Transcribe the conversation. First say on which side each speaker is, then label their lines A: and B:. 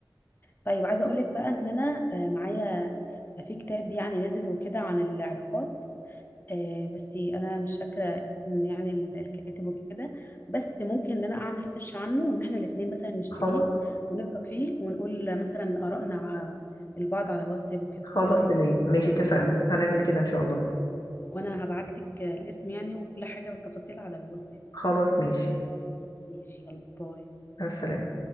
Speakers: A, on the left; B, on the left.
A: طيب عايزة اقولك بقى ان انا آه، معايا في كتاب يعني نزل وكده عن العلاقات آه، بس انا مش فاكره اسم يعني ال- الكاتب وكده بس ممكن ان انا اعمل سيرش عنه وان احنا الاثنين مثلا نشتريه
B: خلاص
A: ونقرا فيه ونقول مثلا ارائنا ع- البعض على الواتساب وكده
B: خلاص
A: ايه رايك
B: تمام ماشي اتفقنا هنعمل كده ان شاء الله
A: وانا هبعت لك الاسم يعني وكل حاجه والتفاصيل على الواتساب
B: خلاص ماشي
A: ماشي يلا باي
B: مع السلامة